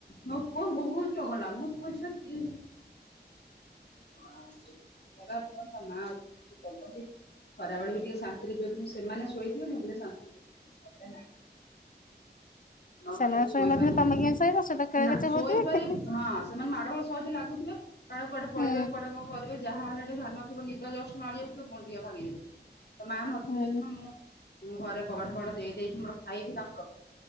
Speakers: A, on the left; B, on the left.
A: ମୋ ପୁଅ ବହୁତ ଚଗଲା ମୋ ପୁଅଝିଅ ଦି <inaudible> ବରାବର ତା ମା ଅଛନ୍ତି ସେ ଜଗନ୍ତି। ଖରାବେଳେ ବି ଟିକେ ଶାନ୍ତିରେ ଯୋଉଦିନ ସେମାନେ ଶୋଇଥିବେ ମୁଁ ଟିକେ ଶାନ୍ତିରେ ଶୋଇପାରିବି ନହେଲେ ନାଇଁ ନହେଲେ
B: ସେମାନେ
A: ବି ଶୋଇପାରିବୁନି
B: ଶୋଇନଥିଲେ ତମେ କେମିତି ଶୋଇବ ସେ ତ କେଳ
A: ନା
B: କେଚେ
A: ଶୋଇପାରିବ
B: ହଉଥିବେ।
A: ହଁ ସେମାନେ ମାଡ଼ ଗୋଳ ସହଜେ ଲାଗୁଥିବେ କାଳେ କୁଆଡେ
B: ହୁଁ
A: ପଳେଇବେ କୁଆଡେ କଣ କରିବେ ଯାହା ହେଲେ ଟେ ଧ୍ୟାନ ଥିବ ନିଦ ଜଷ୍ଟ ମାଢି ଆସୁଥିବ ପୁଣି ଟିକେ ଭାଙ୍ଗି ଯାଉଥିବ ତ ମା ନଥିବେ
B: ହୁଁ
A: ଯେଉଦିନ ମୁଁ ମୁଁ ଘରେ କବାଟ ଫବାଟ ଦେଇଦେଇକି ମୋର ଖାଇବି ତାକୁ ରଖି